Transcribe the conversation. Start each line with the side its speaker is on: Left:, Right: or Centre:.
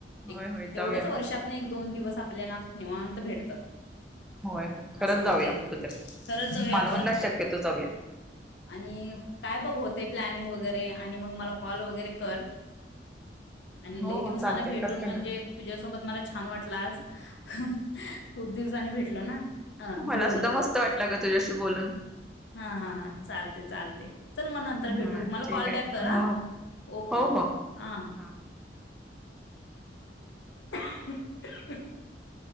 Centre: होय
Left: एक
Centre: होय
Left: तेवढच
Centre: जाऊया
Left: वर्षात एक दोन दिवस च आपल्याला निवांत भेटतात.
Centre: होय होय खरंच
Left: असं होतेय
Centre: जाऊया कुठ तरी
Left: खरच जाऊया
Centre: मला
Left: आपण
Centre: म्हणला शक्यतो जाऊया.
Left: आणि काय बघ होतय प्लॅनिंग वगैरे आणि मग मला कॉल वगैरे कर आणि
Centre: हो
Left: लई दिवसान
Centre: चालते
Left: भेटून
Centre: करते
Left: म्हणजे
Centre: ना.
Left: तुझ्यासोबत मला छान वाटलं आज हह खूप दिवसांनी भेटलो ना. अ
Centre: मला
Left: बोलून
Centre: सुद्धा मस्त वाटलं ग तुझ्याशी बोलून.
Left: हां हां हां चालतयं चालतयं, चल मग नंतर भेटू.
Centre: हा
Left: मला
Centre: ठीक
Left: कॉल
Centre: आहे
Left: बॅक कर
Centre: हो
Left: ह ओके
Centre: हो
Left: ओके
Centre: हो
Left: हां
Centre: हा.
Left: हां. <unintelligible>